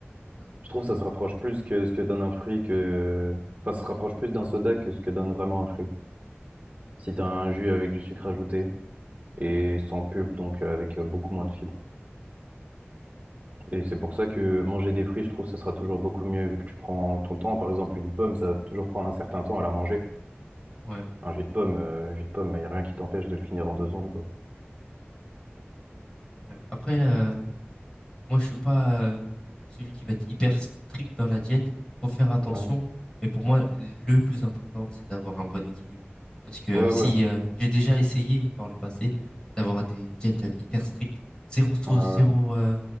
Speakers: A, on the left (about 15°); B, on the right (about 35°).
A: ouais,
B: Je trouve
A: je suis
B: que ça
A: d'accord.
B: se rapproche plus que ce que donne un fruit que... Enfin, ça se rapproche plus d'un soda que ce que donne vraiment un fruit. Si t'as un jus avec du sucre ajouté et sans pulpe, donc euh, avec euh, beaucoup moins de fibres. Et c'est pour ça que manger des fruits, je trouve, ça sera toujours beaucoup mieux vu que tu prends ton temps. Par exemple, une pomme, ça va toujours prendre un certain temps à la manger.
A: Ouais,
B: Un jus de pomme, euh, jus de pomme, y a rien qui t'empêche de le finir en deux secondes, quoi.
A: ouais. Après euh, Moi, je suis pas euh, celui qui va être hyper strict dans la diète. Faut faire attention.
B: Ouais,
A: Mais pour moi, le plus important, c'est d'avoir un bon équilibre. Parce que euh,
B: ouais,
A: si
B: ouais,
A: euh, j'ai déjà essayé par le passé d'avoir des diètes euh, hyper strictes, zéro sauce,
B: ouais, ouais.
A: zéro, euh,